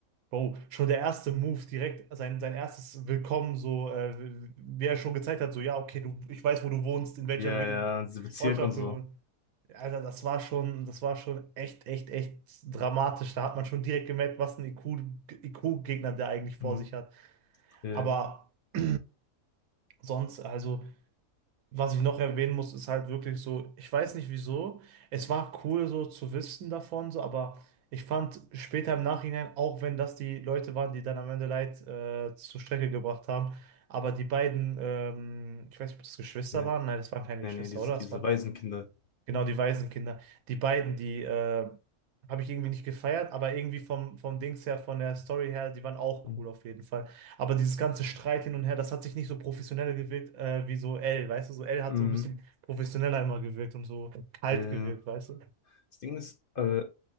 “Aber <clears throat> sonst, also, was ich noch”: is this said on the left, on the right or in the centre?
Right